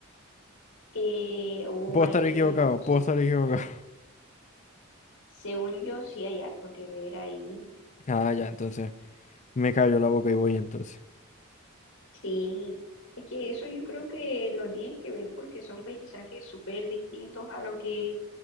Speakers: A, on the left; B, on the left.
A: Eh, uh,
B: Puedo
A: ahí
B: estar
A: sí
B: equivocado,
A: que no lo sé.
B: puedo estar equivocado. <laughs>
A: Según yo, sí hay harto que ver ahí.
B: Ah, ya, entonces. Me cayó la boca y voy entonces.
A: Sí, es que eso yo creo que lo tienes que ver porque son paisajes súper distintos a lo que